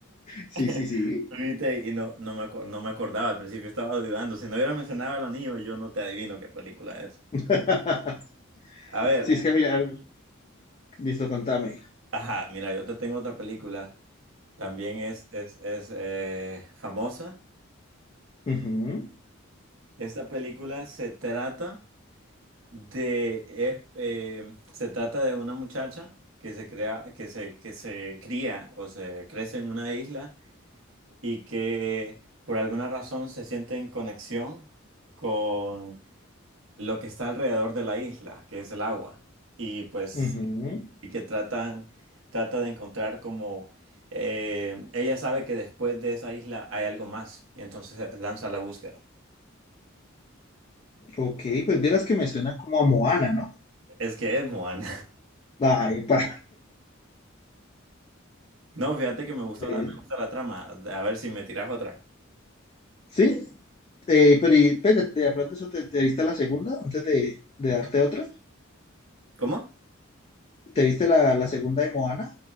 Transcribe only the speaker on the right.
<laughs>
Viste, y no, no me, acor- no me acordaba, al principio estaba dudando. Si no hubiera mencionado el anillo, yo no te adivino qué película es.
A ver,
ajá, mira, yo te tengo otra película. También es, es, es eh, famosa.
Esta película se trata de, es, eh, se trata de una muchacha que se crea, que se, que se cría o se crece en una isla y que por alguna razón se siente en conexión con lo que está alrededor de la isla, que es el agua. Y pues,
y que tratan, trata de encontrar como eh, ella sabe que después de esa isla hay algo más, y entonces eh, lanza la búsqueda.
Es que es, Moan.
No, fíjate que me gustó
la, me gusta la trama. A ver si me tiras otra.
¿Cómo?